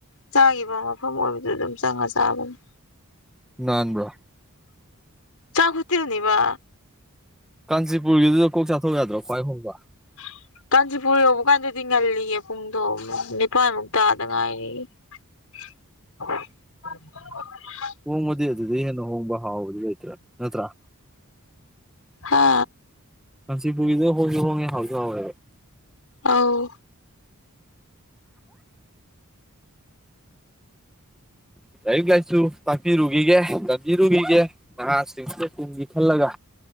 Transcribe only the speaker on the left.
ꯆꯥꯈꯤꯕ ꯃꯐꯝ ꯑꯣꯏꯕꯗꯨ ꯑꯗꯨꯝ ꯆꯪꯉ ꯆꯥꯕꯅꯤ
ꯆꯥꯛ ꯈꯣꯇꯦꯜꯅꯤꯕ
<inaudible> ꯀꯥꯟꯆꯤꯄꯨꯔ ꯌꯧꯕ ꯀꯥꯟꯗꯗꯤ ꯉꯜꯂꯤꯌꯦ ꯄꯨꯡꯗꯣꯝ ꯅꯤꯄꯥꯥꯟꯃꯨꯛ ꯇꯥꯗ ꯉꯥꯏꯔꯤꯌꯦ <inaudible>
ꯍꯥ
ꯑꯥꯎ